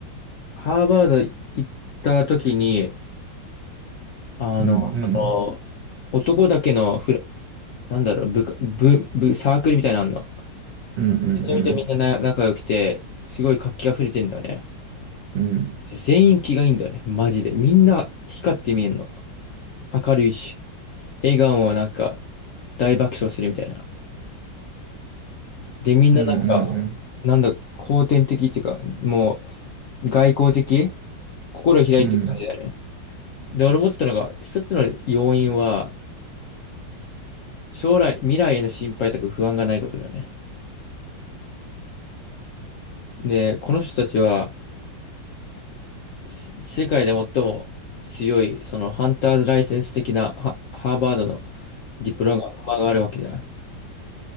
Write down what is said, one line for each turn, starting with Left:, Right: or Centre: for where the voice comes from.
Left: ハーバード行った時に、あの、
Right: うんうん
Left: その男だけのフラ、なんだろう、部下、部、部、サークルみたいなのあんの。
Right: うんう
Left: めちゃめちゃみんなな仲良くて、
Right: ん
Left: すごい活気あふれてんだよね。
Right: うんうん
Left: 全員気がいいんだよね、マジで。みんな光って見えんの。明るいし、笑顔もなんか大爆笑するみたいな。で、みんななんか、
Right: うんうん
Left: なんだ、後天的っていうか、もう外交的心開いてる感じだね。
Right: うん
Left: で、俺思ったのが、一つの要因は、将来、未来への心配とか不安がないことだよね。で、この人たちは、す世界で最も強い、そのハンターズライセンス的なハ、ハーバードのディプロマがあるわけじゃん。